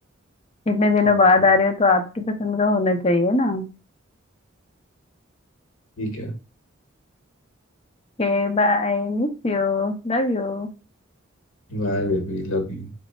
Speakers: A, on the left; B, on the left.
A: इतने दिनों
B: ओके
A: बाद आ रहे हो तो आपकी पसंद का होना चाहिए ना
B: ठीक है
A: Okay bye miss you love you
B: Bye baby love you